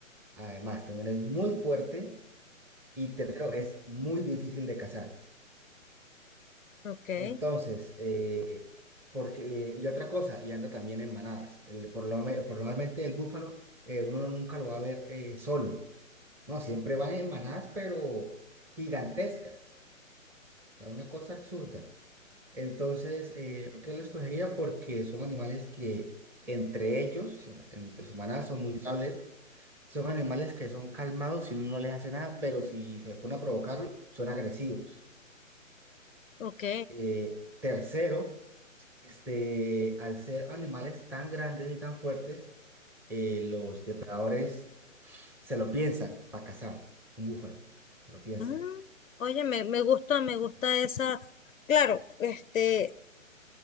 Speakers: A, in the centre; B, on the left.
A: además también es muy fuerte y tercero es muy difícil de cazar.
B: Ok,
A: Entonces, eh, porque, eh, y otra cosa, y anda también en manadas. El- por lo, me- por normalmente el búfalo eh, uno nunca lo va a ver eh, solo, ¿no? Siempre van en manadas, pero gigantescas, o sea, una cosa absurda. Entonces, eh, ¿por qué lo escogería? Porque son animales que entre ellos, entre sus manadas son muy estables Son animales que son calmados si uno no les hace nada, pero si se pone a provocarlos, son agresivos.
B: ok.
A: Eh, tercero, este, al ser animales tan grandes y tan fuertes, eh, los depredadores se lo piensan para cazar un búfalo. Se lo piensan.
B: Mm, Oye, me, me gusta, me gusta esa. Claro, este,